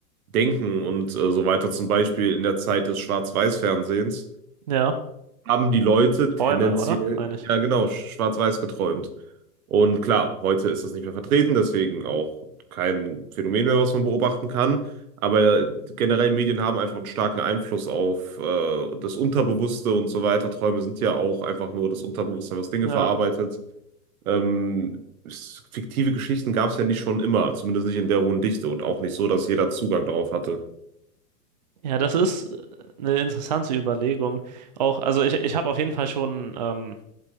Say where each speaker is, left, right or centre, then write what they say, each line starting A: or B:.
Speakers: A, on the right; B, on the right.
A: denken und äh, so weiter. Zum Beispiel in der Zeit des Schwarz-Weiß-Fernsehens
B: Ja,
A: haben die Leute
B: Träume,
A: tendenziell,
B: oder? Meine ich.
A: ja genau, schwarz-weiß geträumt. Und klar, heute ist das nicht mehr vertreten, deswegen auch kein Phänomen mehr, was man beobachten kann. Aber generell Medien haben einfach einen starken Einfluss auf äh, das Unterbewusste und so weiter. Träume sind ja auch einfach nur das Unterbewusstsein, was Dinge
B: Ja.
A: verarbeitet. Ähm, es- fiktive Geschichten gab es ja nicht schon immer, zumindest nicht in der hohen Dichte und auch nicht so, dass jeder Zugang darauf hatte.
B: Ja, das ist äh, eine interessante Überlegung. Auch, also ich, ich habe auf jeden Fall schon ähm,